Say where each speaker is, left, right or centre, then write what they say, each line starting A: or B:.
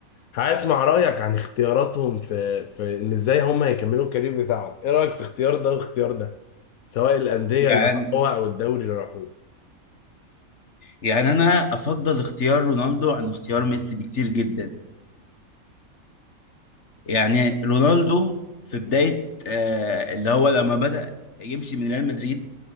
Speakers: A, on the left; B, on the left.
A: هسمع رأيك عن اختياراتهم في في ان ازاي هم هيكملوا الكارير بتاعهم ايه رأيك في اختيار ده واختيار ده سواء الأندية
B: يعني
A: اللي راحوها او الدوري اللي راحوه
B: يعني انا افضل اختيار رونالدو عن اختيار ميسي بكتير جدا يعني رونالدو في بداية آه اللي هو لما بدأ يمشي من ريال مدريد